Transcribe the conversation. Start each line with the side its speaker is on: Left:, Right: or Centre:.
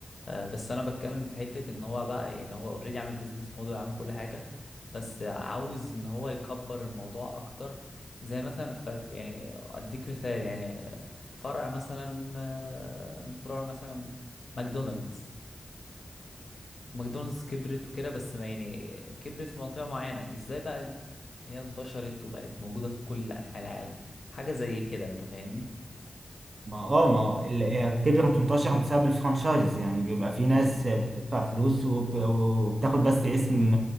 Left: آه، بس انا بتكلم في حتة ان هو بقى يعني هو اوريدي عامل بيزنس موديل عامل كل حاجة بس عاوز ان هو يكبر الموضوع اكتر زي مثلا ف ف- يعني اديك مثال يعني فرع مثلا آه، من فروع مثلا ماكدونالدز ماكدونالدز كبرت وكده بس ما يعني كبرت في منطقة معينة ازاي بقى هي انتشرت وبقت موجودة في كل أنحاء العالم حاجة زي كده انت فاهمني
Right: ما اه ما هو اللي هي بتبقى بتنتشر بسبب الفرانشايز يعني بيبقى في
Left: مم.
Right: ناس بتدفع فلوس وب- وبتاخد بس اسم